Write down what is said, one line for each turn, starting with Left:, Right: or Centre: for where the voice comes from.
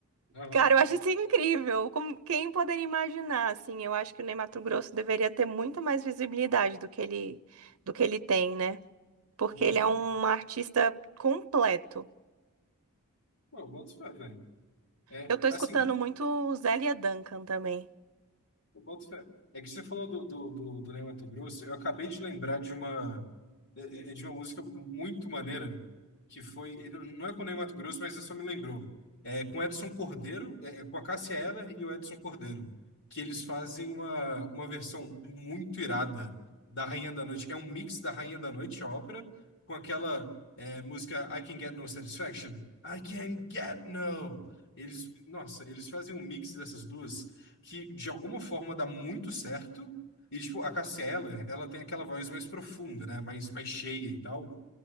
Left: Aham.
Right: Cara, eu acho isso incrível. Como, quem poderia imaginar, assim? Eu acho que o Ney Matogrosso deveria ter muito mais visibilidade do que ele, do que ele tem, né? Porque
Left: Uhum.
Right: ele é um artista completo.
Left: Pô, eu boto fé, velho. É,
Right: Eu tô
Left: assim.
Right: escutando muito Zélia Duncan também.
Left: Eu boto fé. É que você falou do, do, do, do Ney Matogrosso, eu acabei de lembrar de uma, é- é de uma música muito maneira, que foi, e não não é com o Ney Matogrosso, mas só me lembrou. É com o Edson Cordeiro, é, é com a Cássia Eller e o Edson Cordeiro, que eles fazem uma, uma versão muito irada da Rainha da Noite. É um mix da Rainha da Noite, a ópera, com aquela é, música I Can Get No Satisfaction. I Can Get No. Eles, nossa, eles fazem um mix dessas duas que de alguma forma dá muito certo. E, tipo, a Cássia Eller, ela tem aquela voz mais profunda, né? Mais, mais cheia e tal.